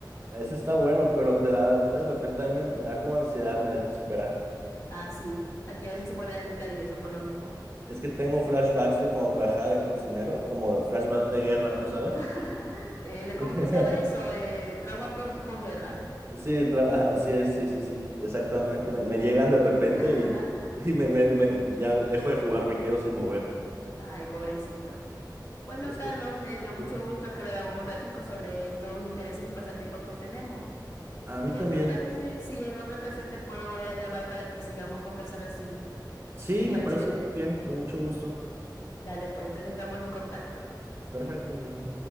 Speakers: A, on the right; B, on the left.
A: Ese está bueno, pero te da de repente a mí me, me da como ansiedad, me desespera.
B: Ah, sí. Aquí a veces se ponen a gritar y eso por lo mismo.
A: Es que tengo flashbacks de cuando trabajaba de cocinero, como de flashbacks de guerra, ¿tú sabes?
B: <laughs> Eh,
A: <laughs>
B: ¿cómo es que se llama eso? Eh, trauma pro- posguerra.
A: Sí, tra- ajá, así es, sí, sí, sí, exactamente. Me, me llegan de repente
B: <laughs>
A: y, <laughs> y me, me, me- ya dejo de jugar, me quedo sin mover.
B: Ay, pobrecito. Bueno,
A: Es
B: Carlos,
A: que
B: me dio mucho
A: sí.
B: gusto que habláramos un ratico sobre estos intereses y pasatiempos que tenemos.
A: A mí
B: ¿Qué
A: también.
B: te parece si en otra ocasión te puedo volver a llamar para que sigamos conversando así
A: Sí,
B: tan
A: me parece
B: chévere?
A: muy bien, con mucho gusto.
B: Dale, pues entonces estamos en contacto.
A: Perfecto, Melanie.